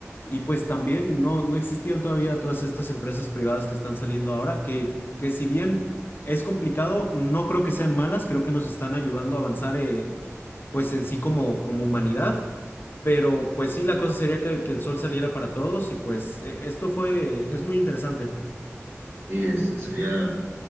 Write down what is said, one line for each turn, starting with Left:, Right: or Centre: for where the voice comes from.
Left: y pues también no, no existían todavía todas estas empresas privadas que están saliendo ahora, que, que si bien es complicado, no creo que sean malas, creo que nos están ayudando a avanzar eh, pues en sí como, como humanidad. Pero pues sí, la cosa sería que, que el sol saliera para todos y pues e- esto fue, es muy interesante.
Right: Y este, sería